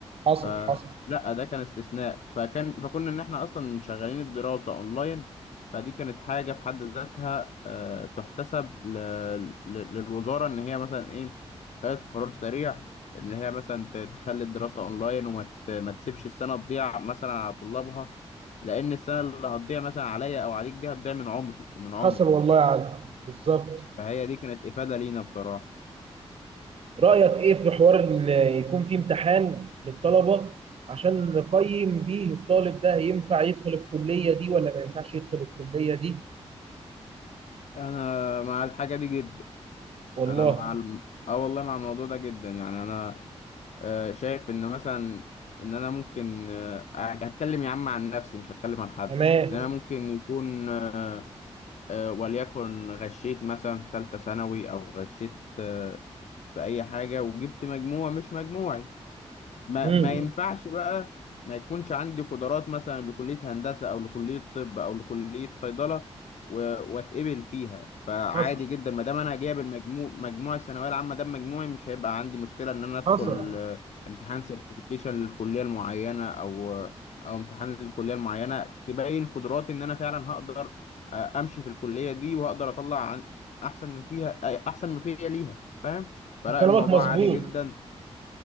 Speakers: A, on the right; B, on the left.
A: حصل
B: ف
A: حصل
B: لا ده كان استثناء فكان فكنا ان احنا اصلا مشغلين الدراسه اونلاين فدي كانت حاجه في حد ذاتها آه، تحتسب ل... ل- للوزاره ان هي مثلا ايه خدت قرار سريع ان هي مثلا ت- تخلي الدراسه اونلاين وما ت... ما تسيبش السنه تضيع مثلا على طلابها لان السنه اللي هتضيع مثلا عليا او عليك دي هتضيع من عمري ومن عمرك
A: حصل والله يا علي بالظبط
B: فهي دي كانت افاده لينا بصراحه
A: رأيك ايه في حوار ان يكون في امتحان للطلبة عشان نقيم بيه الطالب ده ينفع يدخل الكلية دي ولا ما ينفعش يدخل الكلية دي
B: انا مع الحاجه دي جدا
A: والله
B: انا مع الم... اه والله مع الموضوع ده جدا يعني انا آه، شايف ان مثلا ان انا ممكن آه، هتكلم يا عم عن نفسي مش هتكلم عن حد
A: تمام
B: ان انا ممكن يكون آه، آه، وليكن غشيت مثلا في ثالثة ثانوي او غشيت آه، في اي حاجة وجبت مجموع مش مجموعي ما
A: امم
B: ما ينفعش بقى ما يكونش عندي قدرات مثلا لكلية هندسة أو لكلية طب أو لكلية صيدلة و- واتقبل فيها فعادي
A: حصل
B: جدا ما دام أنا جايب المجموع مجموع الثانوية العامة ده مجموعي مش هيبقى عندي مشكلة إن أنا أدخل
A: حصل
B: آه، امتحان سيرتيفيكيشن للكلية المعينة أو آه، أو امتحان للكلية المعينة تبين قدراتي إن أنا فعلا هقدر آه، أمشي في الكلية دي وهقدر أطلع عن أحسن ما فيها أي- أحسن ما فيها ليها فاهم فلا
A: كلامك
B: الموضوع
A: مظبوط
B: عادي جدا